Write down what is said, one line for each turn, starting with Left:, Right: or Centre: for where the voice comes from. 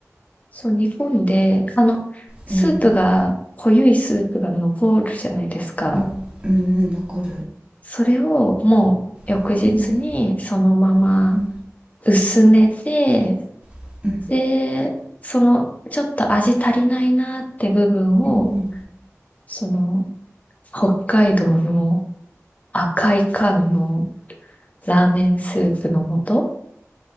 Left: そう、煮込んで、あの、スープが、
Right: ん
Left: 濃ゆいスープが残るじゃないですか。
Right: のうんうん残る
Left: それをもう翌日にそのまま
Right: うんうん
Left: 薄めて、
Right: うん
Left: で、そのちょっと味足りないなって部分を、
Right: うんうん
Left: その北海道の赤い缶のラーメンスープの素。